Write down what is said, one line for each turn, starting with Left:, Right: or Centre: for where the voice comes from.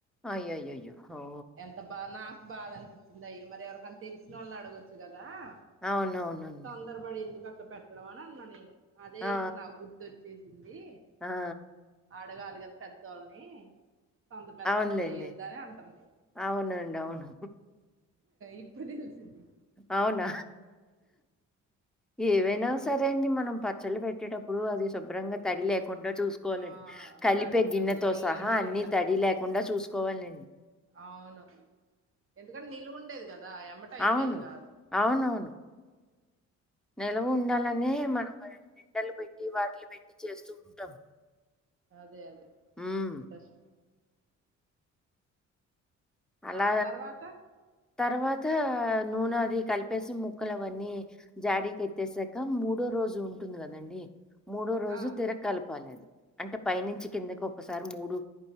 Centre: అయ్య అయ్య అయ్యో హో
Right: ఎంత బానా నాకు బాధ అనిపించిందో అయ్యో మరి ఎవరికన్న తెలిసినోళ్ళని అడగొచ్చు కదా బా
Centre: అవునవునండి.
Right: తొందరపడి ఎందుకు అట్ల పెట్టడం అని అన్నా నేను అదే
Centre: ఆ!
Right: ఇప్పుడు నాకు గుర్తొచ్చేసిందీ
Centre: ఆ!
Right: అడగాలి కదా పెద్దోల్నీ సొంత పెత్తనం
Centre: అవునులెండి.
Right: చేయొద్ద అని అంటుంది
Centre: అవునండి అవును
Right: ఇప్పుడు తెలిసింది
Centre: అవునా? ఏవైనా సరే అండి మనం పచ్చల్లు పెట్టేటప్పుడు అవి శుభ్రంగ తడి లేక్ కుండ చూసుకోవాలండి
Right: ఆ
Centre: కలిపే
Right: తడి ఉండొద్దు
Centre: గిన్నెతో
Right: నీటిగా
Centre: సహా అన్నీ తడి లేకుండా చూసుకోవాలండి
Right: ఆవును ఎందుకంటె నిలువు ఉండేదిగ దా ఎమ్మట అయిపెయేది
Centre: అవును.
Right: కాదు
Centre: అవునవును. నిలవ ఉండాలనే మనం నిండలు పెట్టీ వాటిలు పెట్టీ చేస్తూ ఉంటాం
Right: అదె అదే
Centre: హ్మ్.
Right: ఫస్ట్
Centre: అలా
Right: ఆ తర్వాత
Centre: తర్వాతా నూనె అది కలిపేసి ముక్కలు అవన్నీ జాడీకి ఎత్తేసాక మూడో రోజు ఉంటుంది కదండి మూడో రోజు
Right: ఆ
Centre: తిరక్ కలపాలి అంటె పైనుంచి కిందకి ఒకసారి మూడు